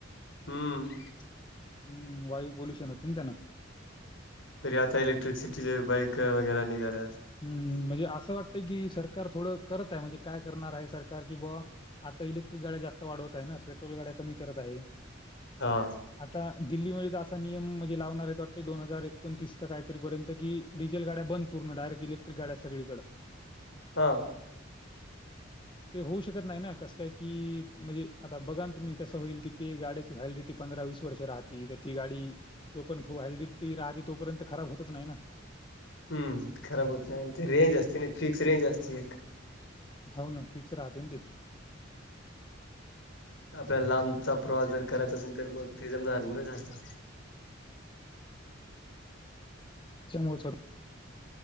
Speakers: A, on the left; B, on the left.
A: हम्म.
B: हम्म वायू पोल्युशन होतेना त्यान.
A: फिर आता इक्ट्रिसिटीचे बाईक वगैरे निघाल्यात.
B: हम्म म्हणजे असं वाटतंय की सरकार थोडं करत आहे म्हणजे काय करणार आहे सरकार की बा. आता इलेक्ट्रिक गाड्या जास्त वाढवत आहे ना पेट्रोल गाड्या कमी करत आहे.
A: हां.
B: आता दिल्लीमध्ये तर असा नियम म्हणजे लावणार आहेत वाटते दोन हजार एकोणतीस का काहीतरीपर्यंत की डिझेल गाड्या बंद पूर्ण डायेक्ट इलेक्ट्रिक गाड्या सगळी कड.
A: हा.
B: ते होऊ शकत नाही ना कसं काय की म्हणजे आता बघाना तुम्ही कसं होईल की ते गाड्याची व्हॅलिडिटी पंधरा, वीस वर्ष राहती तर ती गाडी जोपर्यंत व्हाईटीत राहते तोपर्यंत खराब होतच नाही ना.
A: हम्म खराब होत नाही आणि ते
B: हम्म,
A: रेंज असते ना फिक्स रेंज असते एक.
B: होना फिक्स राहतेन ते.
A: आपल्या लांबचा प्रवास जर करायचा असेल तर मग ते जमणार नाहीन जास्त.
B: म. <unintelligible>